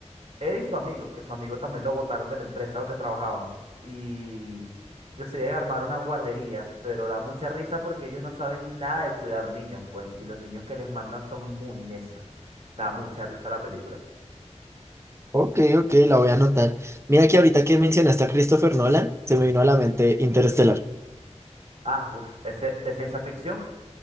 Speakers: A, on the right (about 60°); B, on the right (about 20°).
A: él y su amigo, que su amigo también lo botaron de la empresa donde trabajaban y deciden armar una guardería, pero da mucha risa porque ellos no saben nada de cuidar niños, pues, y los niños que les mandan son muy necios. Da mucha risa la película.
B: Ok, ok, la voy a anotar. Mira que ahorita que mencionaste a Christopher Nolan, se me vino a la mente Interestelar.
A: Ah, uf, ese de ciencia ficción